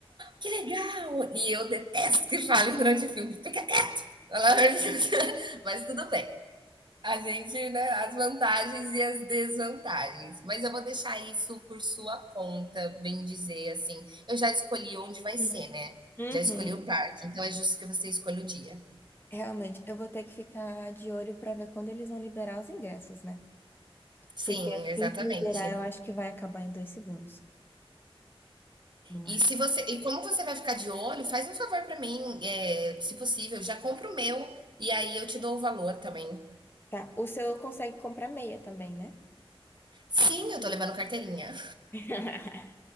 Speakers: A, on the right (about 50°); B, on the left (about 20°).
A: que legal! E eu detesto que falem durante o filme, fica quieto, pelo amor de Deus. <laughs> Mas tudo bem. A gente, né, as vantagens e as desvantagens. Mas eu vou deixar isso por sua conta, bem dizer, assim. Eu já escolhi onde vai
B: Uhum.
A: ser, né?
B: Uhum.
A: Já escolhi o parque, então é justo que você escolha o dia.
B: Realmente, eu vou ter que ficar de olho pra ver quando eles vão liberar os ingressos, né?
A: Sim,
B: Porque assim
A: exatamente.
B: que liberar, eu acho que vai acabar em dois segundos. eu
A: E
B: acho.
A: se você, e como você vai ficar de olho, faz um favor para mim, é, se possível, já compra o meu e aí eu te dou o valor também.
B: Tá, o seu consegue comprar meia também, né?
A: Sim, eu tô levando carteirinha.
B: <laughs>